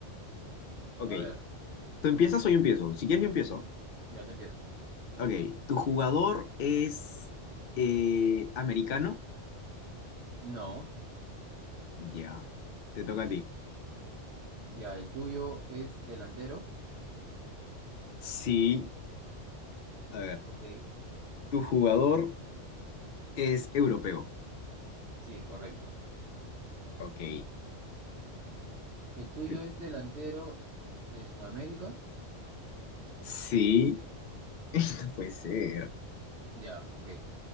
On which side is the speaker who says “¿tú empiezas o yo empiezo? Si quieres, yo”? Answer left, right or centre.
Left